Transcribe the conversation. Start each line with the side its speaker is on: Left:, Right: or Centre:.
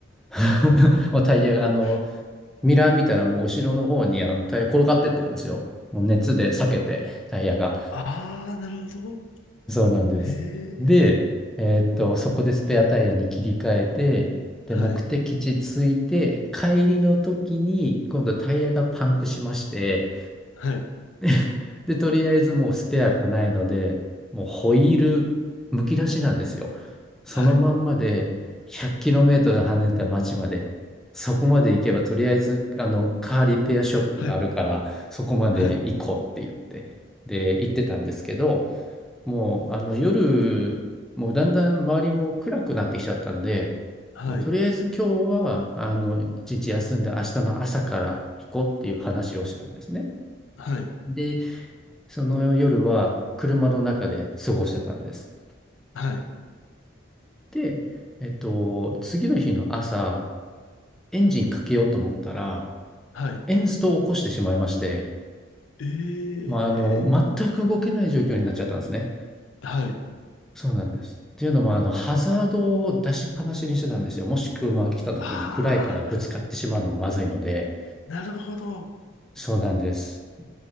Centre: <laughs> もうタイヤが、
Left: <laughs>
Centre: あの、ミラー見たらもう後ろの方にあのタイヤ転がってってるんですよ。もう熱で裂けて、タイヤが。
Left: あー、なるほど。
Centre: そうなんです。
Left: へえ。
Centre: で、えーっと、そこでスペアタイヤに切り替えて、で、
Left: はい。
Centre: 目的地着いて、帰りの時に今度タイヤがパンクしまして、
Left: はい。
Centre: <laughs> で、とりあえずもうスペアがないので、もうホイールむき出しなんですよ。そのまんまで
Left: はい。
Centre: 100km 離れた町まで、そこまで行けばとりあえずあのカーリペアショップがあるから、
Left: はい。
Centre: そこまで行こうって言って、
Left: はい。
Centre: で、行ってたんですけど、もうあの夜、もうだんだん周りも暗くなってきちゃったんで、
Left: はい。
Centre: もうとりあえず今日はあの一日休んで明日の朝から行こうっていう話をしてたんですね。
Left: はい。
Centre: で、その夜は車の中で過ごしてたんです。
Left: はい。
Centre: で、えっと、次の日の朝、エンジンかけようと思ったら、
Left: はい。
Centre: エンストを起こしてしまいまして、
Left: ええ。
Centre: まあ、あの、全く動けない状況になっちゃったんですね。
Left: はい。
Centre: そうなんです。っていうのも、あの、ハザードを出しっぱなしにしてたんですよ。もし車が来た時に暗いからぶつかってしまうのもまずいので、
Left: あー、なるほど。
Centre: そうなんです。